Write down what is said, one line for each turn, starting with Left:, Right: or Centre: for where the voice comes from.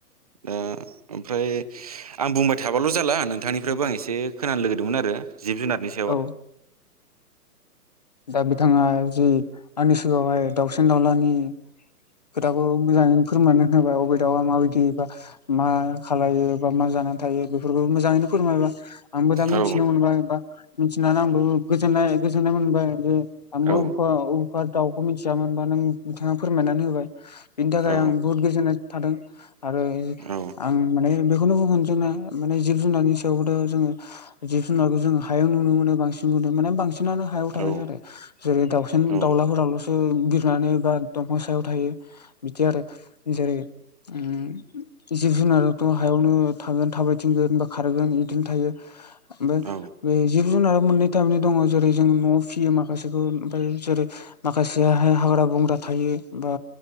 Right: ओ। ओमफ्राय आं बुंबाय थाबाल' जाला नोंथांनिफ्रायबो आं एसे खोनानो लगैदोंमोन आरो जिब जुनारनिस
Left: औ। दा बिथाङा जि आंनि सिगाङावहाय दाउसिन दाउलानि खोथाखौ मोजाङै फोरमानो होनोबाय अबे दाउआ माबायदिबा मा खालायो बा मा जानानै थायो बेफोरखौ मोजाङैनो फोरमायबा आंबो दा मिथिनो
Right: औ
Left: मोनबाया मिथिनानै आंबो गोजनाय गोजोननाय मोनबाय जे आंबोबे
Right: औ
Left: अबेखा दाउ खौ मिथियामोनबा नों बिथाङा फोरमायनानै होबाय बिनि थाखाय
Right: औ
Left: आं बुहुद गोजोननाय थादों आरो
Right: औ
Left: आं माने बेखौनोबो मोनदोंना माने जिब जुनारनि सायावबोथ' जोङो जिब जुनारखौ जोङो हायाव नुनो मोनो बांसिन नुो माने बांसिन बांसिनानो हायाव थायो
Right: औ
Left: आरो जेरै दाउसिन
Right: औ
Left: दावउलाफोर दावउला बिरनानै बा दंफां सायाव थायो बिदि आरो जेरै उम। जिब जुनारथ' हायावनो थागोन थाबायथिंगोन बा खारगोन बिदिनो थायो ओमफ्राय
Right: औ
Left: बे जिब जुनार मोननै टाइमनो दङ जेरै जों न'आव फियो माखासेखौ ओमफ्राय जेरै माखासेयाहाय हाग्रा बंग्रा थायो बा